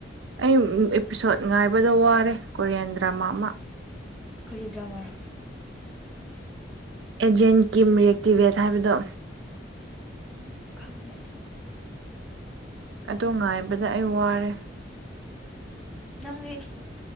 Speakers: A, on the right (about 80°); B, in the centre.
A: ꯑꯩ ꯏꯄꯤꯁꯣꯠ ꯉꯥꯏꯕꯗ ꯋꯥꯔꯦ ꯀꯣꯔꯤꯌꯟ ꯗ꯭ꯔꯃꯥ ꯑꯃ
B: ꯀꯔꯤꯗ꯭ꯔꯥꯃꯔꯥ
A: ꯑꯦꯖꯦꯟ ꯀꯤꯝ ꯔꯤꯌꯦꯛꯇꯤꯚꯦꯠ ꯍꯥꯏꯕꯗꯣ
B: ꯎ ꯈꯪꯗꯦ
A: ꯑꯗꯨ ꯉꯥꯏꯕꯗ ꯑꯩ ꯋꯥꯔꯦ
B: ꯅꯪꯗꯤ